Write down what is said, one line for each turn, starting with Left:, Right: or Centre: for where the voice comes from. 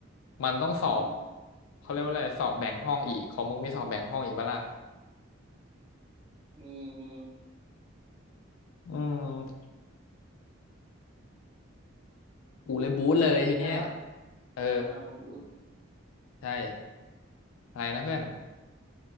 Left: มันต้องสอบ
Right: อืม
Left: เขาเรียกว่าอะไรสอบแบ่งห้องอีกของมึงมีสอบแบ่งห้องอีกปะล่ะ
Right: มีมี
Left: อืมกูเลยบู๊เลยทีเนี้ย
Right: ทีเนี้ยแล้ว
Left: เออ
Right: อ่าบูท
Left: ใช่อะไรนะเพื่อน